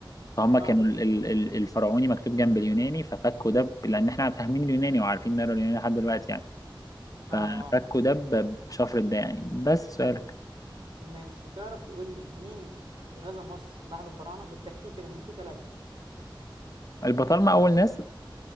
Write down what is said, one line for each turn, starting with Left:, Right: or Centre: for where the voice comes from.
Left: فهم كانوا
Right: اه
Left: ال- ال- ال- الفرعوني مكتوب جنب اليوناني ففكوا ده ب- لان احنا فاهمين اليوناني وعارفين نقرا اليوناني لحد دلوقتي يعني ففكوا
Right: اه اه
Left: ده ب- بشفرة ده يعني بس سؤالك
Right: ماشي تعرف تقول لي مين غزا مصر بعد الفراعنة بالترتيب كده هم في ثلاثة
Left: البطالمه اول ناس